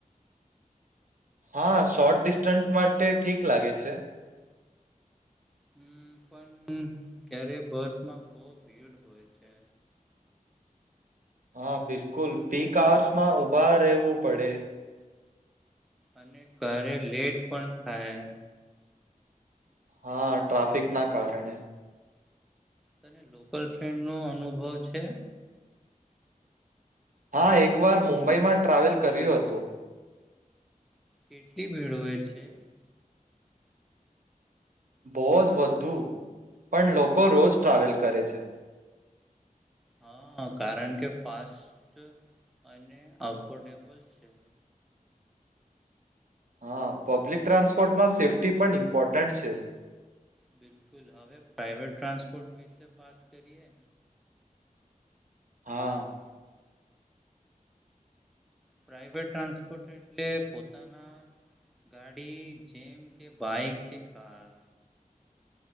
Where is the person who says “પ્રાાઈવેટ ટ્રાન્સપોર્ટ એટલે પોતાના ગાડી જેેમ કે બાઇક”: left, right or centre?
Centre